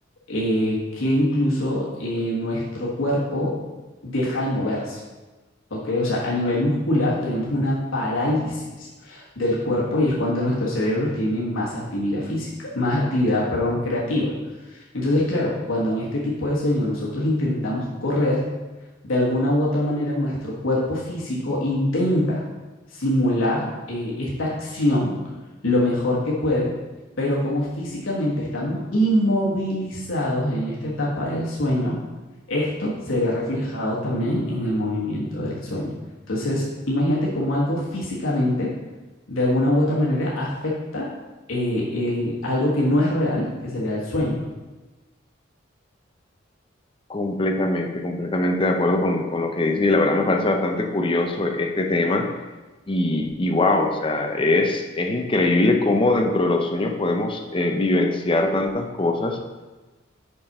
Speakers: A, on the left (about 85°); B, on the left (about 25°).
A: eh, que incluso eh, nuestro cuerpo deja de moverse. ¿ok? O sea, a nivel muscular tenemos una parálisis del cuerpo y es cuando nuestro cerebro tiene más actividad física, más actividad, perdón, creativa. Entonces, claro, cuando en este tipo de sueño nosotros intentamos correr, de alguna u otra manera nuestro cuerpo físico intenta simular eh, esta acción lo mejor que puede, pero como físicamente estamos inmovilizados en esta etapa del sueño, esto se ve reflejado también en el movimiento del sueño. Entonces, imagínate cómo algo físicamente, de alguna u otra manera, afecta eh, eh, algo que no es real, que sería el sueño.
B: Completamente, completamente de acuerdo con, con lo que dices y la verdad me parece bastante curioso este tema. Y, y wow, o sea, es, es increíble cómo dentro de los sueños podemos eh, vivenciar tantas cosas.